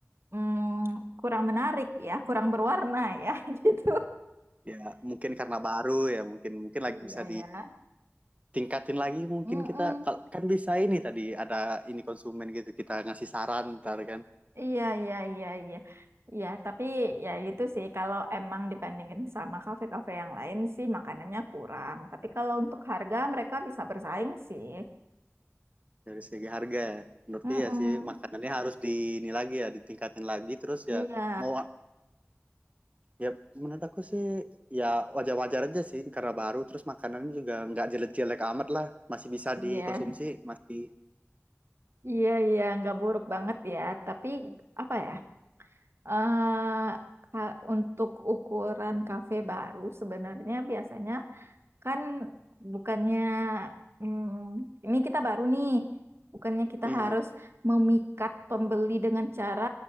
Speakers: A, on the right; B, on the right.
A: mm, kurang menarik ya, kurang berwarna ya <laughs> gitu.
B: Ya, mungkin karena baru ya, mungkin mungkin lagi
A: Iya
B: bisa
A: ya.
B: ditingkatin lagi mungkin
A: Mm-mm.
B: kita kal- kan bisa ini tadi ada ini konsumen gitu kita ngasih saran ntar kan
A: Iya, iya, iya, iya. Iya, tapi ya itu sih kalau emang dibandingin sama kafe-kafe yang lain sih makanannya kurang. Tapi kalau untuk harga mereka bisa bersaing sih.
B: dari segi harga ya. Menurutku
A: Mm-mm.
B: ya sih makanannya harus di ini lagi ya ditingkatin lagi terus
A: Iya,
B: ya mau ya menurut aku sih ya wajar-wajar aja sih karena baru terus makanannya juga nggak jelek-jelek amat lah masih bisa
A: iya,
B: dikonsumsi masih
A: iya, iya, nggak buruk banget ya. Tapi apa ya? eh ka- untuk ukuran kafe baru sebenarnya biasanya Kan bukannya mm, ini kita baru nih, bukannya kita
B: iya
A: harus memikat pembeli dengan cara